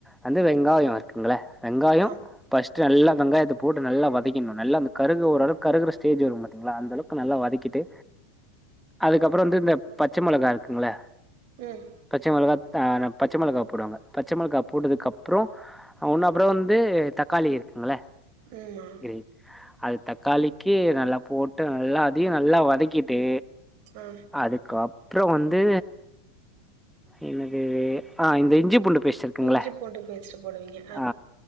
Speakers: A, in the centre; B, on the right.
A: வந்து வெங்காயோ குங்கல வெங்காயோ
B: ஆமா.
A: பஸ்ட்டு நல்லா வெங்காயத்த போட்டு நல்லா வதக்கிண்ணு நல்லா அந்த கருகு ஓரளக் கருகுற ஸ்டேஜ் வரு பாத்தீங்ளா அந்தளவுக்கு நல்லா வதக்கிட்டு அதுக்கப்றோ வந்து இந்த பச்ச மொளகா இருக்குங்ல
B: ம்
A: பச்ச மொளகா ஆ நம் பச்ச மொளகா போடுவாங்க பச்ச மொளகா போட்டதுக்கப்றோ ஒன்னு அப்றோ வந்து தக்காளி இருக்குங்ள
B: ம்மா
A: கு அது தக்காளிக்கு நல்லா போட்டு நல்லா அதையு நல்லா வதக்கிட்டு
B: ஆ
A: அதுக்கப்றோ வந்து என்னது ஆ இந்த இஞ்சி பூண்டு பேஸ்ட் இருக்குங்கள
B: இஞ்சி பூண்டு பேஸ்ட்டு போடுவீங்க
A: ஆ